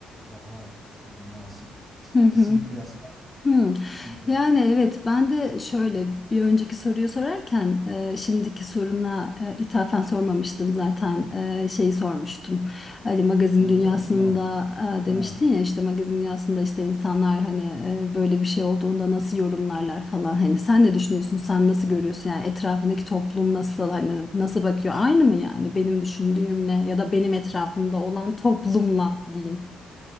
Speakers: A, on the right; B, on the left.
A: daha e, münasip
B: Hı hı.
A: ikisini kıyaslar
B: Hmm.
A: ikisini kıyas
B: Yani evet ben de şöyle bir önceki soruyu sorarken e, şimdiki soruna e, ithafen sormamıştım zaten e, şeyi sormuştum. Hani magazin
A: öyle
B: dünyasında
A: mi bunu
B: e,
A: ha,
B: demiştin ya işte magazin dünyasında işte insanlar hani e, böyle bir şey olduğunda nasıl yorumlarlar falan hani sen ne düşünüyorsun sen nasıl
A: ha.
B: görüyorsun yani etrafındaki toplum nasıl hani nasıl bakıyor aynı mı yani benim düşündüğümle ya da benim etrafımda olan toplumla diyeyim.